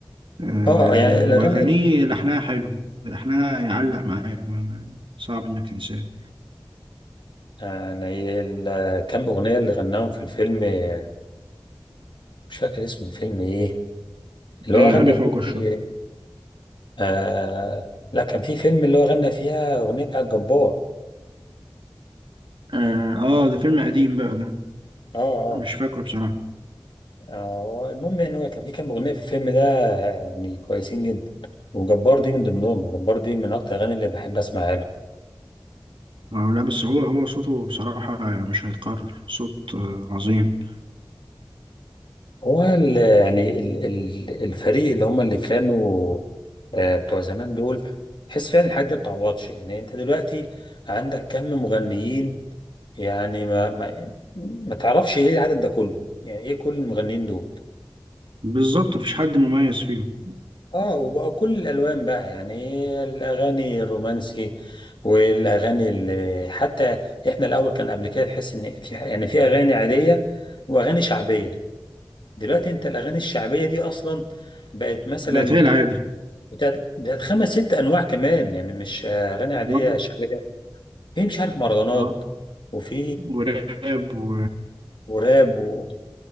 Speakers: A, on the right; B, on the left.
A: آه
B: أه يعني الأغاني
A: واغانيه لحنها حلو لحنها يعلق معاك ما- ما- صعب انك تنساه
B: يعني ال- كام أغنية اللي غناهم في الفيلم آه، مش فاكر اسم الفيلم إيه اللي
A: آه
B: هو غنى
A: ابي فوق الشر
B: فيه آه لا كان في فيلم اللي هو غنى فيها أغنية بتاعت جبار
A: اه آه، ده فيلم قديم بقى ده
B: اه اه
A: مش فاكره بصراحه
B: آه، المهم يعني هو كان في كام أغنية في الفيلم ده آه، يعني كويسين جدا وجبار دي من ضمنهم جبار دي من أكتر الأغاني اللي بحب أسمعها له
A: آه، لا بس هو هو صوته بصراحة مش هيتكرر صوت آه، عظيم
B: هو ال- يعني ال- ال- الفريق اللي هم اللي كانوا آه بتوع زمان دول تحس فعلا الحاجات دي ما بتعوضش يعني أنت دلوقتي عندك كم مغنيين يعني ما ما ما تعرفش إيه العدد ده كله يعني إيه كل المغنيين دول
A: بالظبط مفيش حد مميز فيهم
B: اه وبقى كل الالوان بقى يعني الاغاني الرومانسي والاغاني اللي حتى احنا الاول كان قبل كده تحس ان في يعني في اغاني عاديه واغاني شعبيه دلوقتي انت الاغاني الشعبيه دي اصلا بقت مثلا
A: بقت هي العادي
B: بتاعت, بتاعت خمس ست انواع كمان يعني مش اغاني عاديه
A: اه
B: شعبيه في مش عارف مهرجانات
A: آه،
B: وفي
A: وراب و
B: وراب و...